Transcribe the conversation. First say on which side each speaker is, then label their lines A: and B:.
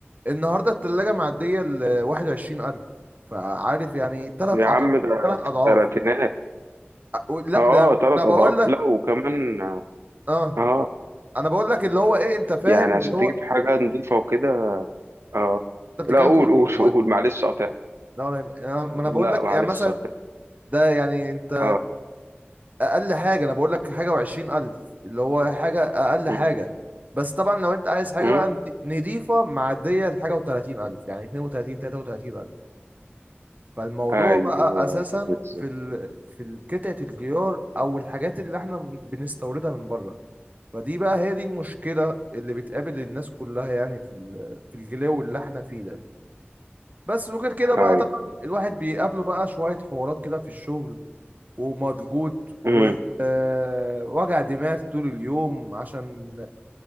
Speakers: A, on the right; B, on the right.
A: النهاردة التلاجة معدية ال 21000 فعارف يعني تلات
B: يا
A: أضعاف
B: عم ده
A: تلات أضعاف
B: في الثلاثينات
A: أ- لا
B: اه
A: ده
B: ثلاث
A: أنا بقول
B: اضعاف
A: لك
B: لا وكمان
A: أه
B: اه
A: أنا بقول لك اللي هو إيه أنت فاهم
B: يعني عشان
A: اللي هو
B: تجيب حاجه نظيفه وكده اه
A: أنت بتتكلم
B: لا قول
A: فوق
B: قول
A: فوق-
B: <laughs> قول معلش قطع
A: لا أنا أنا- ما أنا
B: لا
A: بقول لك
B: معلش
A: يعني مثلا
B: قطع
A: ده يعني أنت
B: اه
A: اقل حاجه انا بقول لك حاجه وعشرين الف اللي هو حاجه اقل
B: مم.
A: حاجه بس طبعا لو انت عايز حاجه
B: مم.
A: بقى ند- نضيفه معديه لحاجه وتلاتين الف يعني اتنين وتلاتين تلاته وتلاتين الف فالموضوع
B: ايوه
A: بقى اساسا
B: بالظبط
A: في ال... في ال- قطعه الجيار او الحاجات اللي احنا بنستوردها من بره فدي بقى هي دي المشكله اللي بتقابل الناس كلها يعني في ال... في الغلاوه اللي احنا فيه ده بس وغير كده بقى
B: ايوه
A: طبعا الواحد بيقابله بقى شوية حوارات كده في الشغل ومضغوط ووجع
B: امم
A: دماغ طول اليوم عشان